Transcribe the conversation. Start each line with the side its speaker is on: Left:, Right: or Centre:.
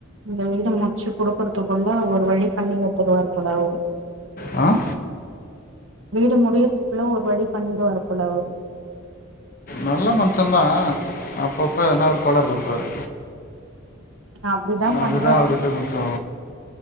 Right: இந்த வீடு முச்சு குடுக்கறதுக்குள்ள ஒரு வழி பண்ணிவுத்துருவாரு போல அவுரு
Left: அ
Right: வீடு முடியற்த்துக்குள்ள ஒரு வழி பண்ணிடுவாரு போல அவுரு
Left: நல்ல மனுஷ தா அப்பப்ப என்ன அவரு கோளார் குடுப்பாரு
Right: அப்டிதா பண்ற
Left: அதுதா அவர்கிட்ட கொஞ்சோ